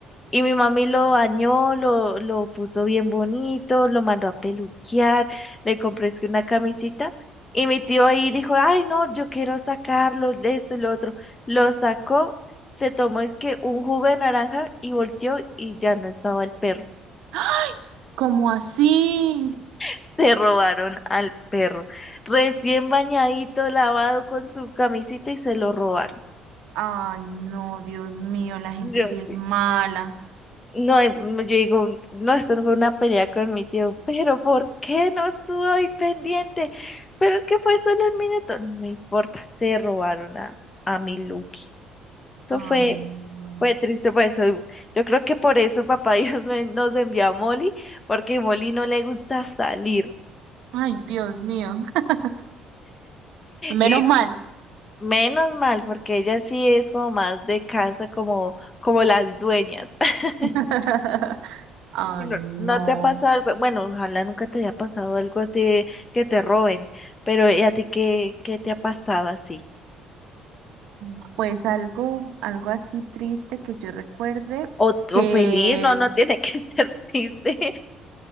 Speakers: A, on the left; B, on the right.
A: Y mi mami lo bañó, lo, lo puso bien bonito, lo mandó a peluquear, le compré es que una camisita. Y mi tío ahí dijo, ay no, yo quiero sacarlo, esto y lo otro. Lo sacó, se tomó es que un jugo de naranja y volteó y ya no estaba el perro.
B: ¡Ay! ¿Cómo así?
A: Se robaron al perro. Recién bañadito, lavado con su camisita y se lo robaron.
B: Ay, no, Dios mío, la gente
A: Yo
B: sí es
A: sí.
B: mala.
A: No, eh, no, yo digo, no, esto no fue una pelea con mi tío, pero ¿por qué no estuvo ahí pendiente? Pero es que fue solo un minuto. No importa, se robaron a, a mi Lucky. Eso
B: Ay,
A: fue,
B: no.
A: fue triste, por eso. Yo creo que por eso <laughs> papá Dios me- nos envió a Molly, porque Molly no le gusta salir.
B: Ay, Dios mío. <laughs> Menos
A: y
B: mal.
A: Menos mal, porque ella sí es como más de casa, como, como las dueñas. <laughs>
B: <laughs> Ay,
A: Y No,
B: no.
A: no te ha pasado algo, bueno, ojalá nunca te haya pasado algo así de que te roben, pero ¿y a ti qué, qué te ha pasado así?
B: Mm. Pues algo, algo así triste que yo recuerde
A: O, o
B: que...
A: feliz, no, no tiene que <laughs> ser triste.